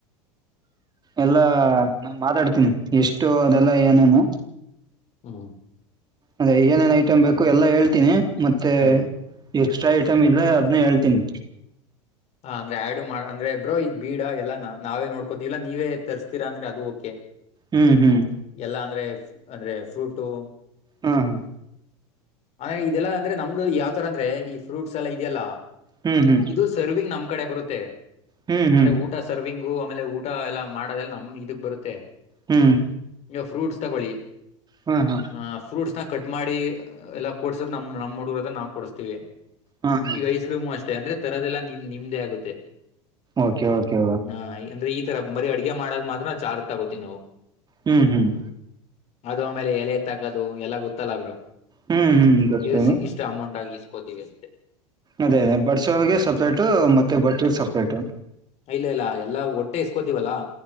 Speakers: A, on the right; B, on the left.
A: ಎಲ್ಲಾ ನಾ ಮಾತಾಡ್ತೀನಿ ಎಷ್ಟು ಅದೆಲ್ಲಾ ಏನನು
B: ಹ್ಮ
A: ಅದೇ ಏನೇನ್ ಐಟಮ್ ಬೇಕು ಎಲ್ಲ ಹೇಳ್ತೀನಿ ಮತ್ತೆ
B: ಹ್ಮ್
A: ಎಕ್ಸ್ಟ್ರಾ ಐಟಮ್ ಇದ್ರೆ ಅದ್ನ ಹೇಳ್ತೀನಿ
B: ಹ ಅಂದ್ರೆ ಆ್ಯಡ್ ಮಾಡ ಅ್ರೆ ಬ್ರೋ ಈ್ ಬೀಡ ಎಲ್ಲಾನ ನಾವೇ ನೋಡ್ಕೋತಿಲ್ಲ ನೀವೇ ತರಿಸಸ್ತೀರಾ ಅಂದ್ರೆ ಅದು ಓಕೆ
A: ಹ್ಮ್ ಹ್ಮ್
B: ಎಲ್ಲಾ ಅಂದ್ರೆ ಅಂದ್ರೆ ಫ್ರೂಟು
A: ಹಾ ಹಾ
B: ಅಂದ್ರೆ ಇದೆಲ್ಲಾ ಅಂದ್ರೆ ನಮ್ದು ಯಾವ್ ತರ ಅಂದ್ರೆ ಈ ಫ್ರೂಟ್ಸ್ ಎಲ್ಲ ಇದೆಯಲ್ಲ
A: ಹ್ಮ್ ಹ್ಮ್
B: ಇದು ಸರ್ವಿಂಗ್ ನಮ್ಮ್ ಕಡೆ ಬರುತ್ತೆ
A: ಹ್ಮ್ ಹ್ಮ್
B: ಅಂದ್ರೆ ಊಟ ಊಟ ಸರ್ವಿಂಗು ಆಮೇಲೆ ಊಟ ಎಲ್ಲ ಮಾಡೋದೆಲ್ಲ ನಮ್ ಇದಕ್ ಬರುತ್ತೆ
A: ಹ್ಮ್
B: ನೀವು ಫ್ರೂಟ್ಸ್ ತಗೊಳ್ಳಿ
A: ಹಾ ಹಾ
B: ಆ್ ಫ್ರೂಟ್ಸ್ನ ಕಟ್ ಮಾಡಿ ಎಲ್ಲಾ ಕೊಡ್ಸೋದ್ ನಮ್ಮ್ ನಮ್ಮ ಹುಡುಗರತ್ರ ನಾವು ಕೊಡಿಸ್ತೀವಿ
A: ಹಾ ಹಾ
B: ಈಗ ಐಸ್ ಕ್ರೀಮು ಅಷ್ಟೇ ಅಂದ್ರೆ ತರದೆಲ್ಲಾ ನಿಮ ನಿಮ್ದೇ ಆಗುತ್ತೆ
A: ಓಕೆ ಓಕೆ
B: ಹಾ ಅಂದ್ರೆ ಈ ತರ ಬರೀ ಅಡ್ಗೆ ಮಾಡದ್ ಮಾತ್ರ ಚಾರ್ ತಗೋತೀವಿ ನಾವು
A: ಹ್ಮ್ ಹ್ಮ್
B: ಅದು ಆಮೇಲೆ ಎಲೆ ತಗೋದು ಎಲ್ಲಾ ಗೊತ್ತಲ್ಲಾಬ್ರ
A: ಹ್ಮ್ ಹ್ಮ್ ಗೊತ್ತು
B: ಇಸ ಇಷ್ಟು ಅಮೌಂಟ್ ಆಗ ಇಸ್ಕೋತೀವಿ ಅಂತೆ
A: ಅದೇ ಅದೇ ಬಟ್ಸೋರ್ಗೆ ಸಪ್ರೇಟು ಮತ್ತೆ ಬಟ್್ರ ಸಪ್ರೇಟು
B: ಇಲ್ಲ ಇಲ್ಲ ಎಲ್ಲಾ ಹೊಟ್ಟೆ ಇಸ್ಕೋತಿವಲ್ಲಾ